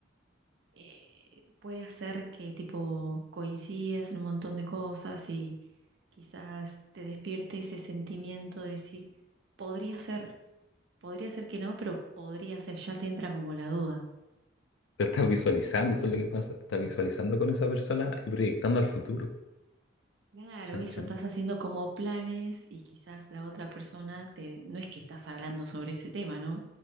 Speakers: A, on the right; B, on the left.
A: eh, puede hacer que tipo coincidas en un montón de cosas y quizás te despierte ese sentimiento de decir, podría ser, podría ser que no, pero podría ser, ya te entra como la duda.
B: Te estás visualizando, eso es lo que pasa, te estás visualizando con esa persona y proyectando al futuro.
A: Claro,
B: Chan,
A: eso,
B: chan.
A: estás haciendo como planes y quizás la otra persona te, no es que estás hablando sobre ese tema, ¿no?